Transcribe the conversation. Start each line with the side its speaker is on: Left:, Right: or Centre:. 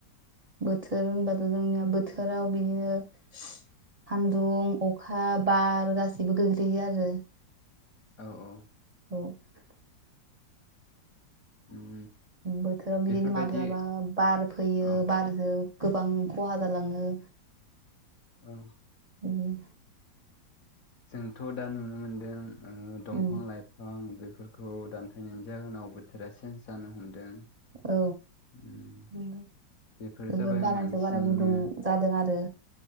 Right: बोथोर होनबाथ' जोंनिया बोथोराव बिदिनो सान्दुं, अखा, बार गासैबो गोग्लैयो आरो।
Left: औ औ।
Right: <inaudible>
Left: उम
Right: बोथोराव
Left: बेफोरबायदि
Right: बिदिनो माब्लाबा बार फैयो
Left: औ
Right: बारजों गोबां खहा जालाङो।
Left: औ
Right: <inaudible>
Left: जोंथ' दा नुनो मोनदों दंफां
Right: उम
Left: लाइफां बेफोर फोरखौ दानफैनायनि जाहोनाव बोथोरा चेन्ज जानो हमदों
Right: औ
Left: उम
Right: नंगौ
Left: बेफोर
Right: जोबोद
Left: जाबाय
Right: बारानिफ्राय
Left: मानसिनिनो
Right: बारा गुदुं जादों आरो